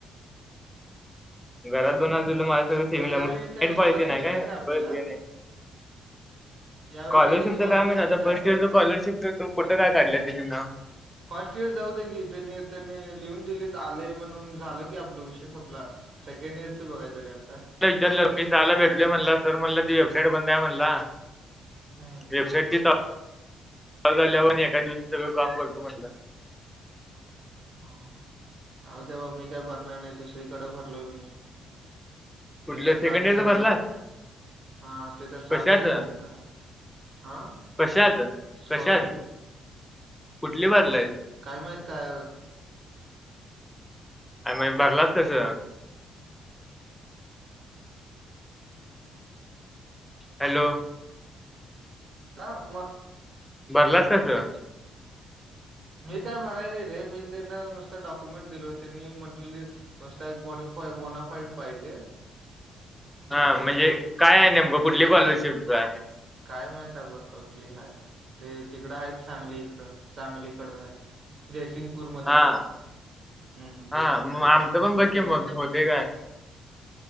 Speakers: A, in the centre; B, on the right.
A: घरात बोनजूला माझ सगळं सेमंगईट
B: यावेळी काय स्कॉलरशिप
A: पळते नाही कायळ
B: काय आपल्याला
A: नाही
B: यावेळी
A: स्कॉलरशिपच
B: स्कॉलरशिप
A: काय माहि
B: नाही
A: आता फर्स्ट
B: आपल्याला
A: इयरच स्कॉलरशिप फोटं काय काढलं तिना
B: फर्स्ट इयर जाऊ दे की त्यानी त्याने लिहून दिले आलेय म्हणून झालं की आपला विशेष आपला सेकंड इयरचं बघायचं र आता
A: विचारलं मी चहायला भेटलय म्हणला सर म्हणला ती वेबसाईट बंद आहे म्हणला
B: हम्म
A: वेबसाईट झाल्यावर आणि एका दिवशी सगळं काम करतो म्हटलं
B: हा हा अह दे बा मी काय भरणार नाही दुसरीकडे भरलोय मी
A: कुठलं
B: त्याच्यात साठ
A: सेकंड
B: हजार
A: इयरचं भरलास
B: भेटणार आहे हा तेथ साठ
A: कशात
B: हजार भेटणार आहे हा
A: कशात
B: स्कॉलरशिप
A: कशात कुठली बाजला आहे
B: काही माहीित काय
A: आणि नाही भरलास कसं हॅलो
B: ह म
A: भरलास कसं
B: मी काय भणाय नाही रे मी त्यांना नुसतं डॉक्युमेंट दिलो त्यांनी म्हटले नसता एक बोनीफा बोनाफाईट पाहिजे
A: हा
B: बास
A: म्हणजे काय
B: एवढं
A: आहे नेमकं कुठली स्कॉलरशिपच
B: काय माहित बाघ कटली हाय ते तिकडं आहेत सांगली इकडं सांगलीकडं आहेत जयसिंगपूरमध्येध्ये
A: हा
B: आहेत हम्म जयसिंगपूरमध्येध्ये
A: हा मग आमचं
B: कुठलं
A: पण बघ की
B: तर
A: मग
B: होतो
A: होते काय